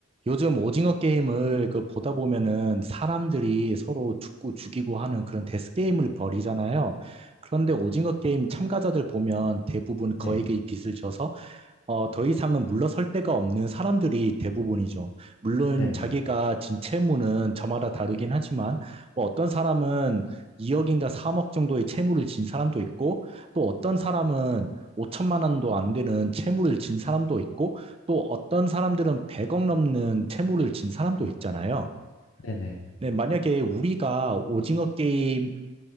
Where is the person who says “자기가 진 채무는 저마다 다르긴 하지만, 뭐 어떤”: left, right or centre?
Right